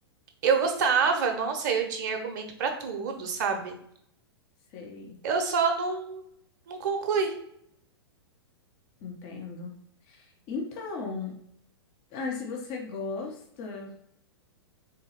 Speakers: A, on the right (about 45°); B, on the left (about 35°).
A: Eu gostava, nossa, eu tinha argumento pra tudo, sabe?
B: Sei,
A: Eu só não, não concluí.
B: entendo. Então, ai, se você gosta,